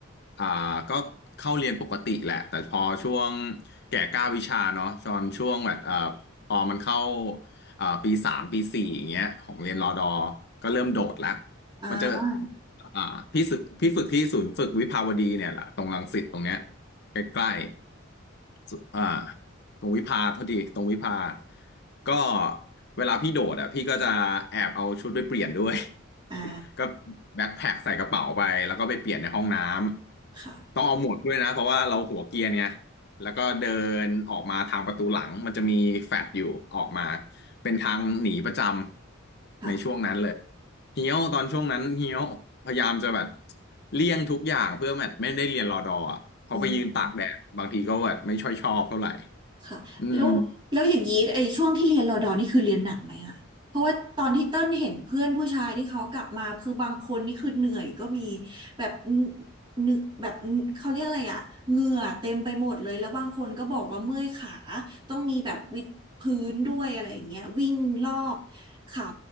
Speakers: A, on the left (about 55°); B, on the right (about 25°).
A: อ่าก็เข้าเรียนปกติแหละแต่พอช่วงแก่กล้าวิชาเนาะตอนช่วงแบบอ่าพอมันเข้าอ่าปีสามปีสี่อย่างเงี้ยของเรียนรอดอก็เริ่มโดดละ
B: อ่า
A: มันจะอ่าพี่ฝึกพี่ฝึกที่ศูนย์ฝึกวิภาวดีเนี่ยแหละตรงรังสิตตรงเนี้ยใกล้ๆสุอ่า ตรงวิภาพอดีตรงวิภาก็เวลาพี่โดดอ่ะพี่ก็จะแอบเอาชุดไปเปลี่ยนด้วย
B: อ่า
A: <laughs> ก็แบ็คแพ็คใส่กระเป๋าไปแล้วก็ไปเปลี่ยนในห้องน้ำ
B: ค่ะ
A: ต้องเอาหมวกด้วยนะเพราะว่าเราหัวเกรียนไงแล้วก็เดินออกมาทางประตูหลังมันจะมีแฟลตอยู่ออกมาเป็นทางหนีประจำในช่วงนั้นเลย
B: ค่ะ
A: เฮี้ยวตอนช่วงนั้นเฮี้ยวพยายามจะแบบเลี่ยงทุกอย่างเพื่อแบบไม่ได้เรียนรอดออ่ะเพอไปยืนตากแดดบางทีก็แบบไม่ช่อยชอบเท่าไหร่
B: โอ้ ค่ะแล้วแล้วอย่างนี้ไอ้ช่วงที่เรียนรอดอนี่คือเรียนหนักไหมอะเพราะว่าตอนที่เต้นเห็นเพื่อนผู้ชายที่เขากลับมาคือบางคนนี่คือเหนื่อยก็มี
A: อืม
B: แบบนึกแบบเขาเรียกอะไรอะเหงื่อเต็มไปหมดเลยแล้วบางคนก็บอกว่าเมื่อยขาต้องมีแบบวิดพื้นด้วยอะไรอย่างเงี้ยวิ่งรอบเขา